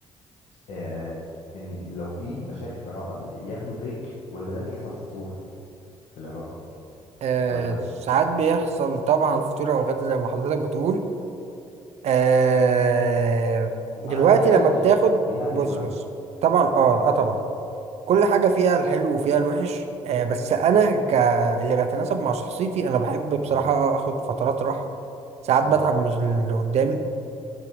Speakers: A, on the left; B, on the right.
A: آه، ان لو في مشاكل في العلاقه ياخدوا بريك ولا ده بيحصل فتور في العلاقة
B: آه
A: أو غد
B: ساعات بيحصل طبعا فطور او غدا زي ما حضرتك بتقول آه
A: وساعات
B: دلوقتي
A: بيحل
B: لما
A: مشاكل
B: بتاخد
A: بيهدي
B: بص
A: الدنيا
B: بص طبعا اه اه طبعا كل حاجة فيها الحلو وفيها الوحش آه بس انا ك اللي بيتناسب مع شخصيتي انا بحب
A: مم.
B: بصراحة اخد فترات راحة ساعات
A: مم.
B: بتعب من اللي قدامي